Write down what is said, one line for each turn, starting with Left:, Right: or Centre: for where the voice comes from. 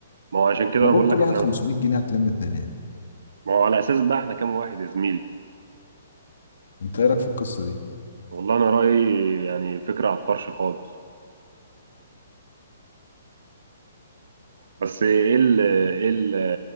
Right: ما هو عشان كده
Left: انا
Right: انا
Left: بقول
Right: بقول
Left: كل
Right: لك احنا
Left: واحد 500 جنيه هتلم الدنيا
Right: ما هو على اساس بقى احنا كام واحد يا زميلي
Left: انت ايه رايك في القصة دي
Right: والله انا رايي يعني فكره على الطرش خالص بس ايه ال ايه ال